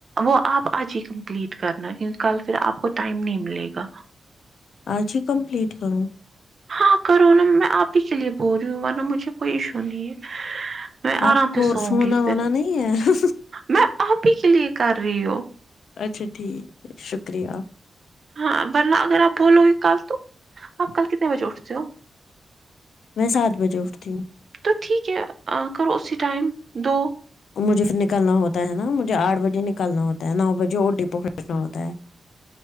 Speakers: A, on the right; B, on the left.
A: وہ آپ آج ہی کمپلیٹ کرنا کیونکہ کل پھر آپ کو ٹائم نہیں ملے گا
B: آج ہی کمپلیٹ کروں
A: ہاں کرو نا میں آپ ہی کے لیے بول رہی ہوں ورنہ مجھے کوئی ایشو نہیں ہے میں
B: آپ
A: آرام سے
B: کو
A: سوؤں
B: سونا
A: گی فر
B: وونا نہیں ہے
A: میں آپ ہی کے لیے کر رہی ہوں
B: اچھا ٹھیک ہے شکریہ
A: ہاں ورنہ اگر آپ بولو گے کل تو آپ کل کتنے بجے اٹھتے ہو
B: میں سات بجے اٹھتی ہوں
A: تو ٹھیک ہے کرو اسی ٹائم دو
B: مجھے پھر نکلنا ہوتا ہے نا مجھے آٹھ بجے نکلنا ہوتا ہے نو بجے اور ڈیپو خریدنا ہوتا ہے